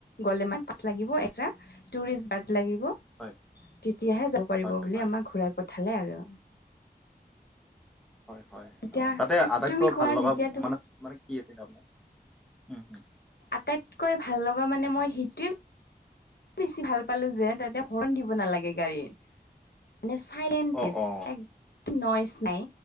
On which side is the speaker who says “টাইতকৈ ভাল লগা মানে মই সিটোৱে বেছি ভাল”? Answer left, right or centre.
Left